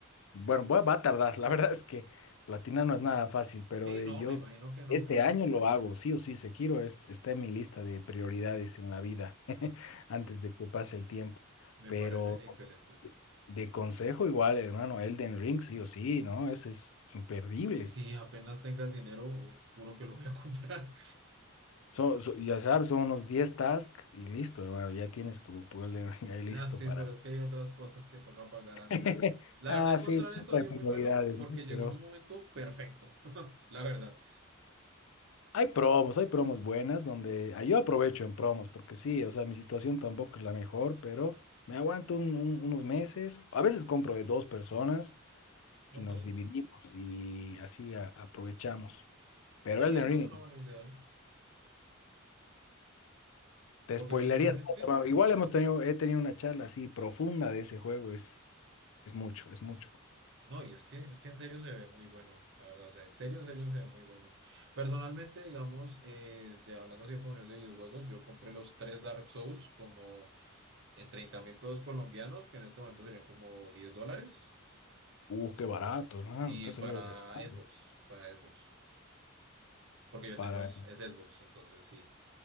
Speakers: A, on the left; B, on the right.
A: Bueno, voy a- va a tardar. <laughs> La verdad es que platinar no es nada fácil, pero
B: Sí,
A: de
B: no,
A: yo
B: me imagino que no.
A: este año lo hago, sí o sí, Sekiro es, está en mi lista de prioridades en la vida, <laughs> antes de que pase el tiempo.
B: Me
A: Pero
B: parece excelente.
A: De consejo igual, hermano, Elden Ring, sí o sí, ¿no? Ese es imperdible.
B: Si apenas tenga el dinero, juro que lo voy a <laughs> comprar.
A: So, so- ya sabes, son unos 10 tasks y listo, hermano, ya tienes tu, tu Elden Ring ahí listo
B: Ah, sí,
A: para...
B: pero es que hay otras cosas que toca pagar antes.
A: <laughs>
B: La
A: Ah,
B: verdad, encontrar
A: sí,
B: esto
A: siempre
B: ha sido
A: hay prioridades,
B: muy bueno porque
A: ¿no?
B: llegó
A: Pero
B: en un momento perfecto. <laughs> La verdad.
A: hay promos, hay promos buenas donde... ah, yo aprovecho en promos porque sí, o sea, mi situación tampoco es la mejor, pero me aguanto un- un- unos meses. A veces compro de dos personas
B: Ok.
A: y nos dividimos y así a- aprovechamos. Pero
B: Sí,
A: Elden
B: esa
A: Ring...
B: es una buena idea.
A: Te
B: Porque
A: spoilearía.
B: personalmente,
A: todo. Igual hemos tenido, he tenido una charla así profunda de ese juego. Es, es mucho, es mucho.
B: no, y es que, es que en serio se ve muy bueno, la verdad. O sea, en serio, en serio se ve muy bueno. Personalmente, digamos, eh, de hablando así de promociones de videojuegos, yo compré los tres Dark Souls como en treinta mil pesos colombianos, que en este momento serían como 10 dólares.
A: Uh, qué barato, ¿no?
B: Sí,
A: Te ha
B: para
A: salido regalado.
B: Xbox, para Xbox. Porque yo
A: Para
B: tengo es, es Xbox, entonces sí.